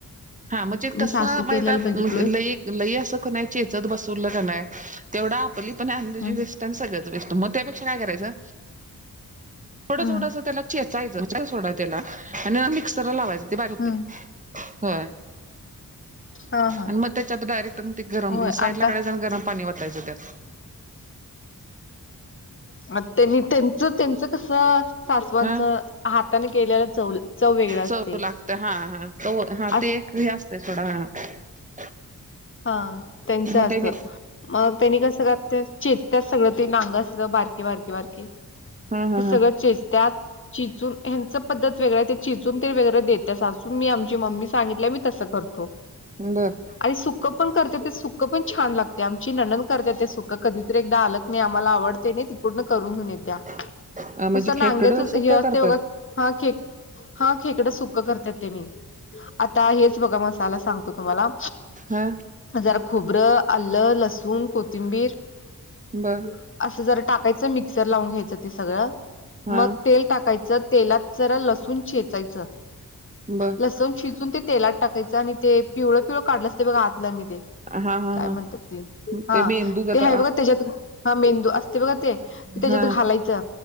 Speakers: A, on the right; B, on the left.
A: हा म्हणजे
B: मी
A: तस
B: सासू
A: म्हण
B: केलेलं
A: त्यात
B: बघितलोय.
A: लय लय अस की नाय चेचत बसल की, नाही तेवढी आपली पण एनर्जी
B: हं,
A: वेस्ट त्यांन सगळंच वेस्ट, मग त्यापेक्षा काय करायचं. थोडं
B: हं,
A: थोडस त्याला चेचायच म्हणजे सोडा त्याला आणि मिक्स मिक्सर ला लावायचं ते, बारीक होतंय
B: हं.
A: होय.
B: हां, हां.
A: आणि मग त्याच्यात डायरेक्ट मग ते, गरम
B: होय
A: साईड
B: आता
A: ला काढायचं आणि गरम पाणी वतायचं त्यात
B: अ त्यांनी त्यांचं त्यांचं कसं? सासवांच
A: हा
B: हाताने केलेला चव चव वेगळ असते.
A: चव लागतं हा हा तो हा
B: असं
A: ते एक हे असतय सोडा. हा.
B: हा त्यांच्या
A: मग
B: असं
A: त्याने
B: मग त्यानी कसं करत्यात, चेेचत्यात सगळं ते नांगं अस सगळं बारकी बारकी बारकीे
A: हा हा
B: ते
A: हा
B: सगळं चेचत्यात चेचून ह्यांचं पद्धत वेगळं हाय, ते चेचून ते वेगरे देते सासू, मी आमची मम्मी सांगितल्या मी तसं करतो. तो.
A: बरं.
B: आई सुख सुख पण करते ते सुखं पण छान लागते. आमची नणंद करत्यात ते सुख कधीतरी, एकदा आलकणी आम्हाला आवडते नाही. पूर्ण करून घेऊन येतिया.
A: <inaudible>
B: नुसत
A: खेकडं
B: नांग्याच हे
A: सुक्क
B: असतय
A: करतात
B: बघा, हा खे हा खेकडं सुक करतात त्यांनी. आता हेच बघा मसाला सांगतो तुम्हाला
A: हा
B: हा जरा खोबरं, आलं, लसूण, कोथिंबीर
A: बर.
B: ती हे असं जरा टाकायचं, मिक्सर लावून घ्यायचं ते, सगळं
A: हा
B: मग तेल टाकायचं तेलात जरा लसूण चेचायचं,
A: बर
B: लसूण चिचुन ते तेलात टाकायचं आणि ते पिवळं पिवळ काढलं ते बघा आतलं मी ते,
A: हा हा
B: काय
A: हा
B: म्हणतात ते हा
A: ते मेंदू गत
B: ते हाय बघा तेज्यात हा मेंदू असतय बघा ते, तेच्यात
A: हा
B: घालायचं.